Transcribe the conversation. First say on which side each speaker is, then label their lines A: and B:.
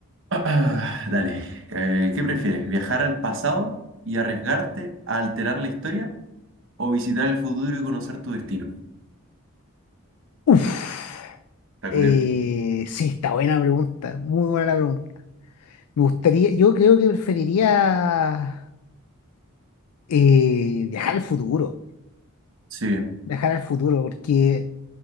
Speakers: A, on the right; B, on the left.
A: Ah, Dale. Eh, ¿qué prefieres? ¿Viajar al pasado y arriesgarte a alterar la historia? O visitar el futuro y conocer tu destino.
B: Uf.
A: Está
B: Eh,
A: curioso.
B: sí, está buena la pregunta. Muy buena la pregunta. Me gustaría, yo creo que preferiría eh, viajar al futuro.
A: Sí,
B: Viajar al futuro, porque,